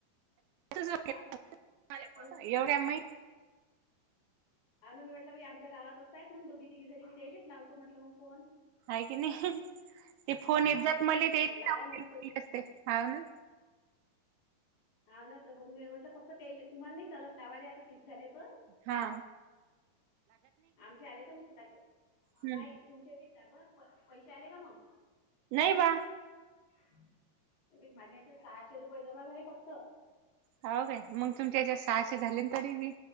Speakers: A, on the right (about 80°); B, on the left (about 75°).
A: <inaudible> <unintelligible>
B: हा मग
A: एवढ्या मय
B: आजच मी म्हटल आमच्या गावात असतायत मग दोघी तिघी जरी मी येईलेच लावतो म्हटलं मग फोन
A: हाय कीने ते फोन येत
B: ला
A: जत मले
B: हा
A: ते येईल
B: लावा
A: <inaudible>
B: म्हणत
A: <unintelligible> म्हणच ते हा ना
B: हा ना तर मग मी म्हटलं त फक्त त्याले तुम्हाला नाही चालत लावाय आता तीस झाले तर
A: हा हा
B: आमचे आले तर उचलाचे
A: हम्म
B: नाही तुमच्या नाय लागत पैसे आले का मग
A: नाही बा
B: माझ्या या्याच्या सहाशे रुपये जमा झाले फक्त
A: हाव काय मग तुमच्याच्या सहाशे झाले तरी मी